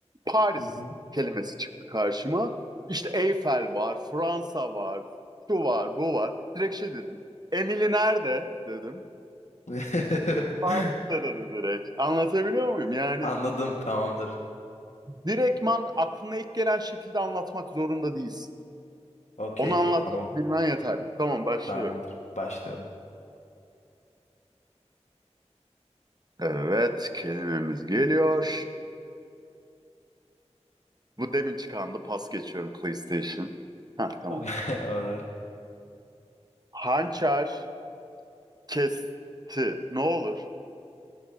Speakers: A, on the right (about 35°); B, on the left (about 85°).
A: Paris
B: <laughs> Hı hı.
A: kelimesi çıktı karşıma. İşte Eyfel var, Fransa var, şu var, bu var. Direkt şey dedim. Emily nerede dedim.
B: <laughs>
A: Paris'te dedi direkt. Anlatabiliyor muyum? Yani
B: Anladım tamamdır.
A: direktman aklına ilk gelen şekilde anlatmak zorunda değilsin.
B: Okey
A: Onu anlatabilmen
B: tamam
A: yeterli. Tamam başlıyorum.
B: tamamdır. Başlayalım.
A: Evet, kelimemiz geliyor. Bu demin çıkandı. Pas geçiyorum PlayStation. Ha tamam.
B: Okay, <laughs> alright.
A: Hançer kesti. Ne olur?